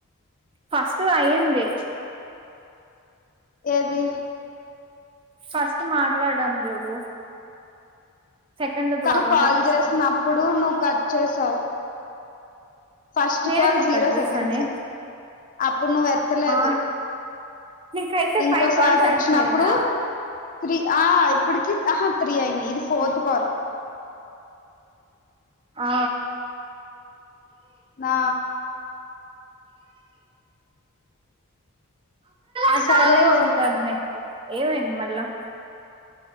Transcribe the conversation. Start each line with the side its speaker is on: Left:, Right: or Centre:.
Right: ఫస్ట్ అయంది
Left: ఏది
Right: ఫస్ట్ మాట్లాడాం చూడు సెకండ్ది
Left: కను
Right: కాకుండా
Left: కాల్
Right: ఫస్ట్
Left: చేసినప్పుడు ను కట్ చేసావ్ ఫస్ట్
Right: నేనెందుకు
Left: కాల్ జీరో
Right: కట్
Left: సెకండ్స్
Right: చేశానే
Left: అప్ అప్పుడు నువ్ ఎత్తలేదు
Right: ఆ నీకైతే
Left: ఇంకోసారి
Right: ఫైవ్ కాల్స్
Left: వచ్చినప్పుడు
Right: అయిపోయా
Left: త్రీ ఆ ఇప్పటికి ఆహా త్రీ అయినాయి ఇది ఫోర్త్ కాల్
Right: ఆ
Left: నా
Right: అట్లనే
Left: సరేలే
Right: వస్తాను నేను ఏమైంది మళ్ళా